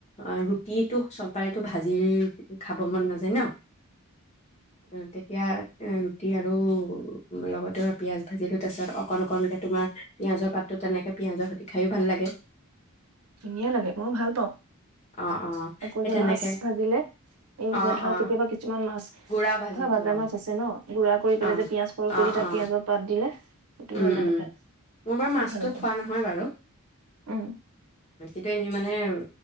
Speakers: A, on the left; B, on the right.
A: অ ৰুতি তোক চববাৰে তো ভাজি খাব মন নাযায় ন উম তেতিয়া উম ৰুতি আৰু লগতে। মই পিয়াজ ভাজি লো তাৰপ পিছত অকণ অকণকে তোমাৰ পিঁয়াজৰ পাতটো তেনেকে পিঁয়াজৰ সৈতে খায়ো ভাল লাগে।
B: ধুনীয়া লাগে মইও ভাল পাওঁ,
A: অ অ
B: আকৌ
A: সেই
B: যে
A: তেনেকে
B: মাছ ভাজিলে এই
A: অ
B: যে ধৰা
A: অ
B: কেতিয়াবা কিছুমান মাছ
A: গুড়া ভাজিটো
B: ধৰা ভাজা
A: অ
B: মাছ আছে ন গুড়া কৰি পেলাই
A: অ
B: পিয়াজ সৰহ কৰি
A: অ
B: দি তাত
A: অ
B: পিয়াজৰ পাত দিলে। সেইটো
A: উম
B: ভাল লাগে
A: উম
B: খাই
A: মোৰ বাৰু
B: বহুত
A: মাছটো
B: ভাল লাগে
A: খোৱা নহয় বাৰু।
B: উম
A: কিন্তু এনেই মানে হ